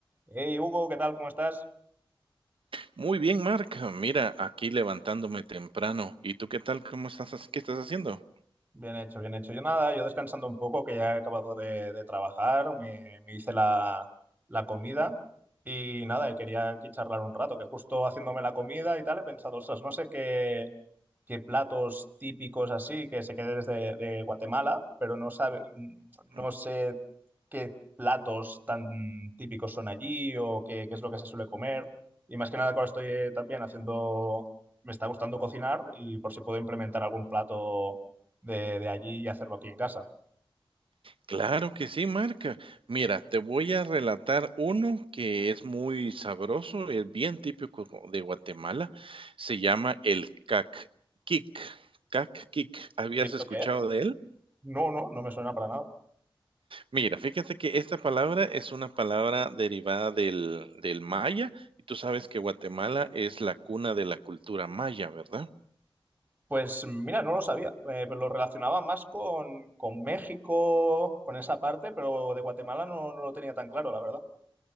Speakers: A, on the right; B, on the right.
A: Hey Hugo, ¿qué tal? ¿Cómo estás?
B: Muy bien, marca. Mira, aquí levantándome temprano. ¿Y tú qué tal? ¿Cómo estás? hac- ¿Qué estás haciendo?
A: Bien hecho, bien hecho. Yo nada, yo descansando un poco, que ya he acabado de, de trabajar, me, me hice la, la comida y nada, y quería aquí charlar un rato, que justo haciéndome la comida y tal, he pensado, ostras, no sé qué, qué platos típicos así que se queden desde de Guatemala, pero no sabe, no
B: Mm,
A: sé qué platos tan típicos son allí o qué, qué es lo que se suele comer. Y más que nada, ahora estoy eh, también haciendo, me está gustando cocinar y por si puedo implementar algún plato de, de allí y hacerlo aquí en casa.
B: Claro que sí, marca. Mira, te voy a relatar uno que es muy sabroso, es bien típico co- de Guatemala. Se llama el cac-quic. Cac-quic. ¿Habías
A: ¿Y esto
B: escuchado
A: qué es?
B: de él?
A: No, no, no me suena para nada.
B: Mira, fíjate que esta palabra es una palabra derivada del, del maya y tú sabes que Guatemala es la cuna de la cultura maya, ¿verdad?
A: Pues mira, no lo sabía, eh, pero lo relacionaba más con, con México, con esa parte, pero de Guatemala no, no lo tenía tan claro, la verdad.